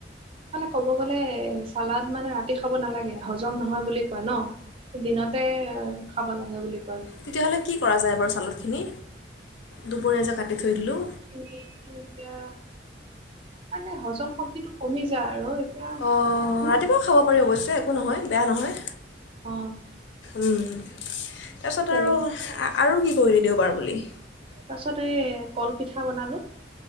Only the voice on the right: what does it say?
মানে ক'ব গ'লে চালাদ মানে ৰাতি খাব নালাগে হজম নহয় বুলি কয় ন' দিনতে খাব লাগে বুলি কয়।
এই এতিয়া মানে হজম শক্তিটো কমি যায় আৰু এতিয়া
তোৰ
অ'
পাৰি
তেনেকে
খাবলে।
তাৰ পিছত এই কলপিঠা বনালো